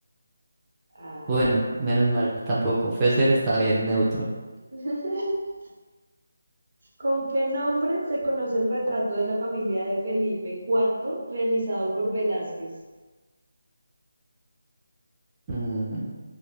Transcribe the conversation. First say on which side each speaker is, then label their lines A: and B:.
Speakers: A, on the right (about 65°); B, on the right (about 15°).
A: Ay,
B: Bueno,
A: no.
B: menos mal tampoco. Fesser está bien, neutro.
A: <laughs> ¿Con qué nombre se conoce el retrato de la familia de Felipe IV realizado por Velázquez?
B: Mm,